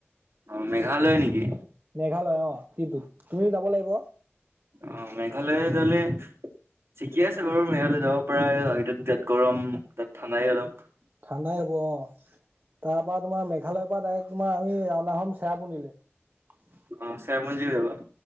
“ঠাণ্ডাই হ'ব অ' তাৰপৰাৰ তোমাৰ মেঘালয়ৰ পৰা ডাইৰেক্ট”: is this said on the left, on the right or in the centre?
Right